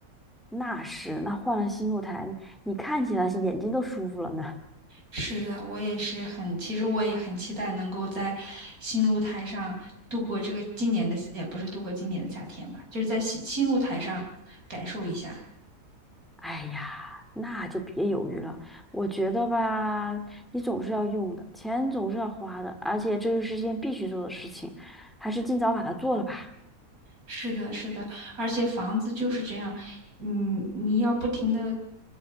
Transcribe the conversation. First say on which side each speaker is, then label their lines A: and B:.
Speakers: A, in the centre; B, on the right.
A: 那是，那换了新露台，你看起来是眼睛都舒服了呢。
B: 是的，我也是很，其实我也很期待能够在新露台上度过这个今年的，也不是度过今年的夏天吧，就是在新新露台上感受一下。
A: 哎呀，那就别犹豫了。我觉得吧，你总是要用的，钱总是要花的，而且这又是一件必须做的事情，还是尽早把它做了吧。
B: 是的，是的，而且房子就是这样，嗯，你要不停的